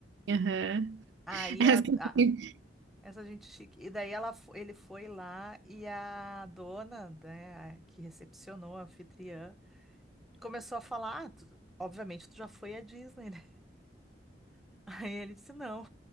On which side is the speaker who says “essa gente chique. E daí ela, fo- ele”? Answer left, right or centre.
Centre